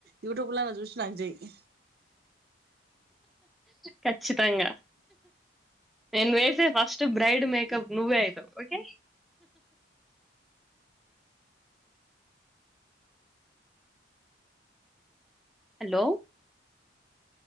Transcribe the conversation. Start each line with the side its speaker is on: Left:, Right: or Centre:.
Right: యూట్యూబ్ లో చూసి నాకు చేయి,
Centre: ఖచ్చితంగా నేను వేసి ఫస్ట్ బ్రైడ్ మేకప్ నువ్వే అయితావు ఓకే హలో